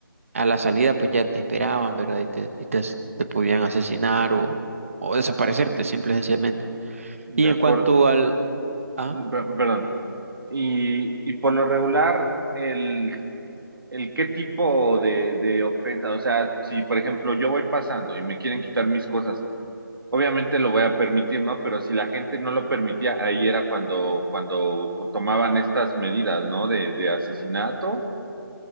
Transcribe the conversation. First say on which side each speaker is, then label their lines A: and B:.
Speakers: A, on the right; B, on the right.
A: a la salida pues ya te esperaban, ¿verdad? Y te, y te, as- te podían asesinar o, o desaparecerte simple y sencillamente.
B: De
A: Y en
B: acuerdo,
A: cuanto al... ¿ah?
B: perdón. Y, y por lo regular, el el qué tipo de, de ofensa, o sea, si por ejemplo yo voy pasando y me quieren quitar mis cosas, obviamente lo voy a permitir, ¿no? Pero si la gente no lo permitía, ahí era cuando, cuando tomaban estas medidas, ¿no? De, de asesinato